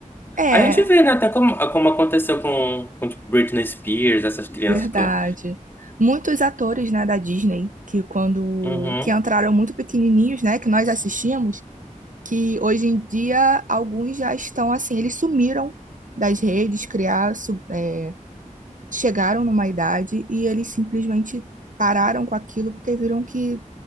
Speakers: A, on the right (about 70°); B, on the left (about 15°).
A: é,
B: a gente vê, né? Até como, como aconteceu com, com tipo, Britney Spears, essas crianças
A: Verdade.
B: com.
A: Muitos atores, né, da Disney, que quando
B: Uhum,
A: que entraram muito pequenininhos, né, que nós assistimos, que hoje em dia alguns já estão assim, eles sumiram das redes, criaram, su- é, chegaram numa idade e eles simplesmente pararam com aquilo porque viram que